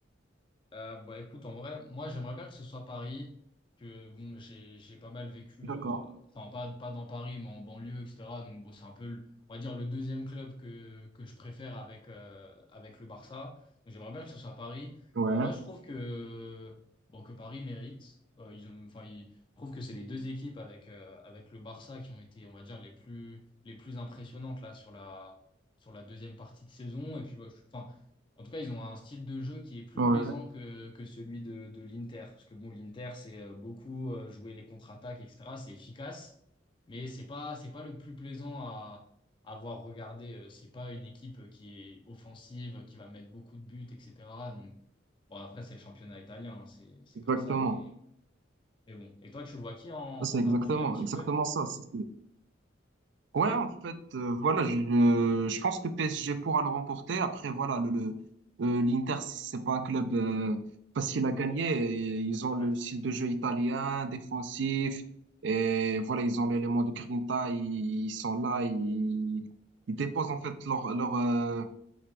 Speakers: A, on the left; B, on the right.
A: Euh, bah écoute, en vrai, moi j'aimerais bien que ce soit Paris, que bon, j'ai j'ai pas mal vécu,
B: D'accord.
A: euh, enfin pas, pas dans Paris, mais en banlieue, etc. Donc bon, c'est un peu, le- on va dire, le deuxième club que, que je préfère avec, euh, avec le Barça. Donc j'aimerais bien que ce soit Paris.
B: Ouais,
A: Et en vrai, je trouve que, bon, que Paris mérite. Euh, ils ont, enfin, ils, je trouve que c'est les deux équipes avec, euh, avec le Barça qui ont été, on va dire, les plus, les plus impressionnantes là sur la, sur la deuxième partie de saison. Et puis, bah, je- enfin, en tout cas, ils ont un style de jeu qui est plus
B: ouais,
A: plaisant que, que celui de, de l'Inter. Parce que bon, l'Inter, c'est euh, beaucoup euh, jouer les contre-attaques, etc. C'est efficace, mais c'est pas, c'est pas le plus plaisant à avoir regardé. Euh, C'est pas une équipe qui est offensive, qui va mettre beaucoup de buts, etc. Donc, bon, après, c'est le championnat italien, hein, c'est, c'est
B: exactement.
A: comme ça. Mais, mais bon. Et toi, tu vois qui en, en
B: C'est
A: favori
B: exactement,
A: un petit
B: exactement
A: peu?
B: ça. C'est Ouais, en fait, euh, voilà, je, euh, je pense que PSG pourra le remporter. Après, voilà, le, le- euh, l'Inter, c'est pas un club euh, facile à gagner. Et ils ont le
A: Ouais,
B: style de jeu italien, défensif, et voilà, ils ont l'élément de Grinta, ils, ils sont là, ils, ils déposent en fait leur, leur, euh,